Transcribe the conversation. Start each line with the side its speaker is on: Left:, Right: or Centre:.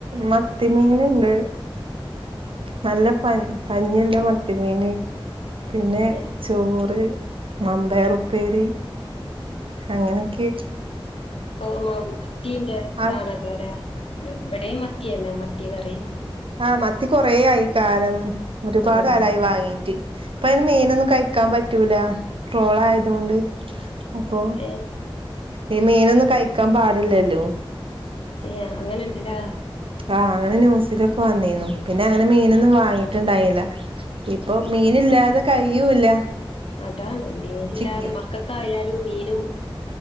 Right: മത്തിമീന്ണ്ട്. നല്ല പ പഞ്ഞില്ല മത്തിമീന് പിന്നെ
Left: ഏഹ്
Right: ചോറ്. മമ്പയറുപ്പേരി അങ്ങനൊക്കെ.
Left: ഓ മത്തിന്റെ
Right: ആഹ്
Left: കാലല്ലെലോ ഇവിടെയും മ ത്തിയന്നെ മത്തികറി.
Right: ആ മത്തി കൊറേ ആയി കാലം ഒരുപാട്
Left: ആഹ്
Right: കലായി വാങ്ങീട്ട് ഇപ്പ അയ്ന് മീനൊന്നും കഴി. ക്കാൻ പറ്റൂല ട്രോള ആയത് കൊണ്ട് അപ്പൊ.
Left: ഏഹ് ഏഹ്
Right: ഈ മീനൊന്നും കഴിക്കാൻ പാടില്ലല്ലോ.
Left: ഏ അങ്ങനെ ഉണ്ട്ല്ലാ.
Right: ആഅങ്ങനെ ന്യൂസിലൊക്കെ വന്നീന്നു പിന്നെ അങ്ങനെ മീനൊന്നും വാങ്ങിട്ടുണ്ടായിന്നില ഇപ്പൊ
Left: ഉം
Right: മീനില്ലാതെ കഴിയൂല്ല.
Left: അതാണ് മീനില്ലാതെ
Right: ചിക്ക
Left: മക്കക്കായാലും മീനും.